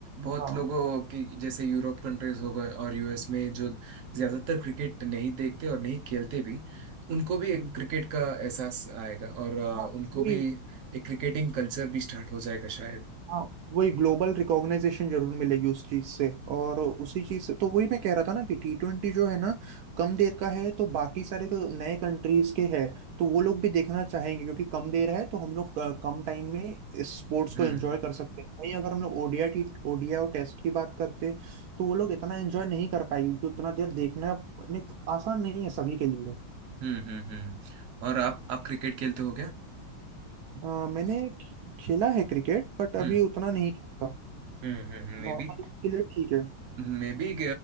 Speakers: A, on the right; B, on the right.
A: बहुत
B: हाँ
A: लोगों की जैसे यूरोप कंट्रीज हो गए और यूएस में जो ज्यादातर क्रिकेट नहीं देखते और नहीं खेलते भी उनको भी एक
B: हम्म।
A: क्रिकेट का एहसास आएगा और अ,
B: हाँ
A: उनको
B: वही
A: भी एक क्रिकेटिंग कल्चर भी स्टार्ट हो जाएगा शायद
B: हाँ वही ग्लोबल रिकॉग्नाइजेशन जरूर मिलेगी उस चीज से और उसी चीज से तो वही मैं कह रहा था ना कि टी ट्वेंटी जो है ना कम देर का है तो बाकी सारे जो नए कंट्रीज के हैं तो वो लोग भी देखना चाहेंगे क्योंकि कम देर है तो हम लोग अ, कम टाइम में इस स्पोर्ट्स को
A: हम्म
B: एंजॉय कर सकते हैं वहीं अगर हम लोग ओडिया की ओडिया और टेस्ट की बात करते तो वो लोग इतना एंजॉय नहीं कर पाएंगे क्योंकि उतना देर देखना अपने- आसान नहीं है सभी के लिए
A: हम्म हम्म हम्म और आप आप क्रिकेट खेलते हो
B: अ, मैंने खे- खेला है क्रिकेट बट अभी
A: क्या
B: उतना नहीं खेलता
A: हम्म हम्म, हम्म, मे
B: नॉर्मल
A: बी
B: के लिए ठीक है
A: मे बी